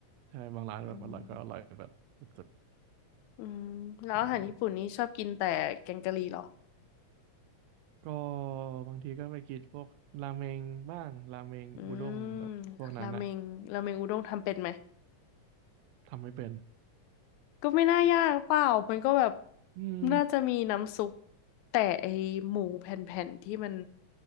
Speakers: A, on the right (about 80°); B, on the left (about 80°).
A: ใช่บางร้านแบบอร่อยก็อร่อยแบบสุด
B: อืม อืมแล้วอาหารญี่ปุ่นนี้ชอบกินแต่แกงกะหรี่เหรอ
A: ๆอืมก็บางทีก็ไปกินพวกราเมงบ้างราเมงอุด้งแบบพวกนั้นอะ
B: อืมราเมงราเมงอุด้งทำเป็นไหม
A: ทำไม่เป็น
B: ก็ไม่น่ายากเปล่ามันก็แบบ
A: อืม
B: น่าจะมีน้ำซุปแต่ไอหมูแผ่นๆที่มัน